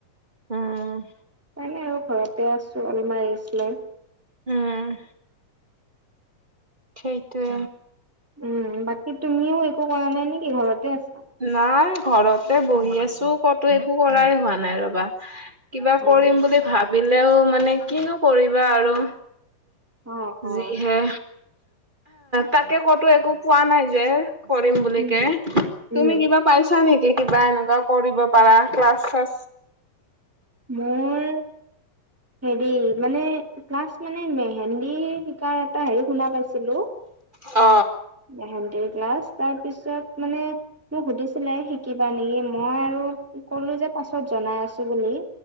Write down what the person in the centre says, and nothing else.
তাকে আৰু ঘৰতে আছো অলমান ৰেষ্ট লৈ।
উম বাকী তুমিও একো কৰা নাই নেকি ঘৰতে আছা?
অ
অ অ
উম
উম,
মোৰ হেৰি মানে ক্লাছ মানে মেহেন্দী শিকাৰ এটা হেৰি শুনা পাইছিলো
মেহেন্দিৰ ক্লাছ, তাৰ পিছত মানে মোক সুধিছিলে শিকিবা নি, মই আৰু কলো যে পাছত জনাই আছো বুলি।